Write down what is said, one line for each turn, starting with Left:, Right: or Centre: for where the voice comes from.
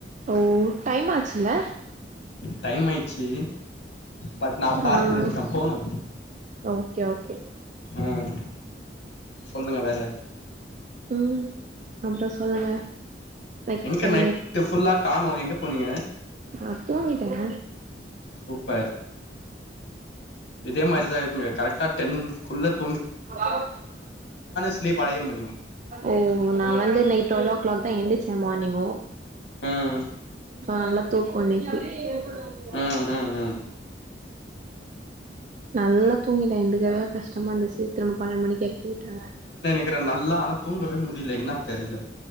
Right: ஓ டைம் ஆச்சுல்ல
Left: டைம் ஆயிச்சி பட் நா பார்க்கில
Right: ஆ
Left: இருக்கே போனு
Right: ஓகே ஓகே
Left: ம் சொல்லுங்க வேற
Right: ம் அப்ற சொல்லுங்க லைக்
Left: எங்க
Right: அ
Left: நைட்டு ஃபுல்லா காணோ எங்க போனீங்க
Right: அ தூங்கிட்டேங்க
Left: சூப்பர் இதே மாரிதா இருங்க டென் குள்ளத்
Right: ஆ
Left: ஸ்லீப் அடைய முடியும்
Right: ஓ நா வந்து இன்னைகு ட்வள் ஓ கிளாக் தா எந்திச்ச மார்னிங்கு
Left: ம்
Right: நல்லா தூக்க இன்னைக்கு <unintelligible>
Left: ம் ம் ம்
Right: நல்லா தூங்கிட்டே எந்துக்கவே கஷ்டமா இருந்துச்சு திரும்ப பன்னெண்டு மணிக்கு எழுப்பி விட்டாங்க
Left: இருக்கிறே நல்லா ஆனா தூங்கவே முடியல என்னா தெர்ல